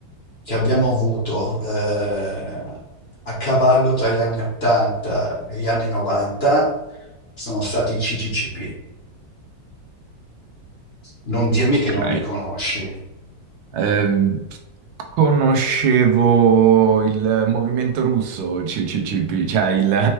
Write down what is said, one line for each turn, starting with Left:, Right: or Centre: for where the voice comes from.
Left: che abbiamo avuto eh, a cavallo tra gli anni 80 e gli anni 90 sono stati i CCCP. Non dirmi
Right: Ok.
Left: che non li conosci.
Right: Ehm, conoscevo il movimento russo, CCCP, cioè il-